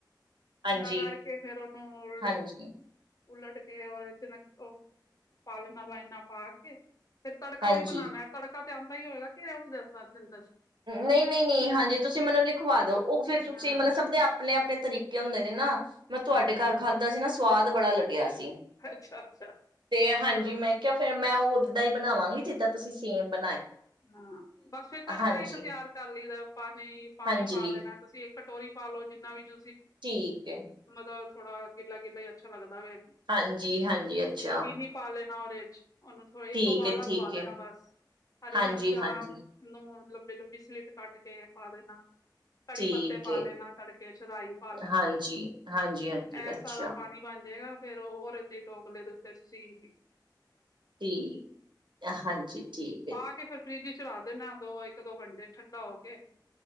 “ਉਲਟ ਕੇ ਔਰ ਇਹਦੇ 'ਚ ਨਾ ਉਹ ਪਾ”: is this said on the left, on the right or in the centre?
Left